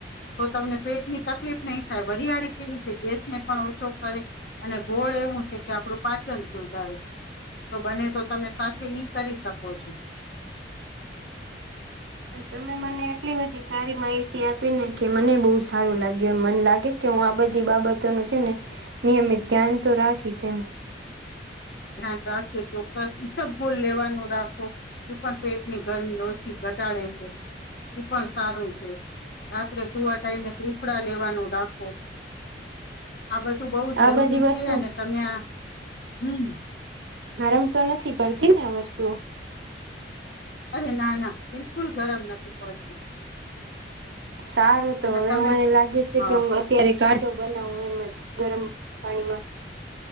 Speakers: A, on the left; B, on the right.
A: તો તમને પેટની તકલીફ નહી થાય, વરિયાળી કેવી છે ગેસને પણ ઓછો કરે અને ગોળ એવું છે કે, આપણું પાચન સુધારે, તો બને તો તમે સાથે ઈ કરી શકો છો.
B: તમે મને એટલી બધી સારી માહિતી આપીને કે મને બહુ સારું લાગ્યું. મને લાગે કે હું આ બધી બાબતોનું છે ને, નિયમિત ધ્યાન તો રાખીશ એમ.
A: ધ્યાન રાખજો ચોક્કસ ઈસબગુલ લેવાનું રાખો એ પણ પેટની ગરમી ઓછી ઘટાડે છે, આ પણ સારું છે, રાત્રે સુવા ટાઈમે ત્રિફળ લેવાનું રાખો. આ બધું બહુ જરૂરી
B: આ બધી વસ્તુ
A: છે અને તમે આ હમ.
B: આરમ તો નથી ને વસ્તુઓ?
A: અરે ના ના, બિલકુલ ગરમ નથી પડતી.
B: સારું તો
A: એટલે
B: હવે
A: તમે
B: મને લાગે છે
A: હા
B: કે હું અત્યારે ક બનાવ એમજ ગરમ પાણીમાં.